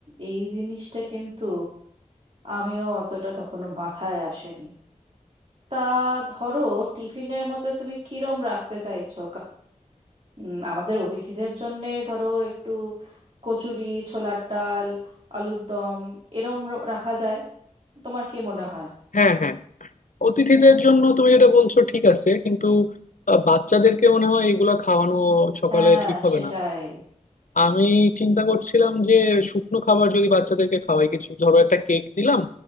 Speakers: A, on the right (about 50°); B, on the left (about 75°).
A: এই জিনিসটা কিন্তু আমিও অতটা তখনো মাথায় আসেনি তা ধরো টিফিনের মধ্যে তুমি কিরম রাখতে চাইছো উম, আমাদের অতিথিদের জন্যে ধরো একটু কচুরি ছোলার ডাল আলুর দম এরম র- রাখা যায় তোমার কি মনে হয়
B: হ্যাঁ হ্যাঁ অতিথিদের জন্য তুমি যেটা বলছো ঠিক আছে কিন্তু আহ, বাচ্চাদেরকে মনে হয় এগুলা খাওয়ানো সকালে
A: হ্যাঁ
B: ঠিক হবে
A: সেটাই
B: না আমি চিন্তা করছিলাম যে শুকনো খাবার যদি বাচ্চাদেরকে খাওয়াই কিছু ধরো একটা কেক দিলাম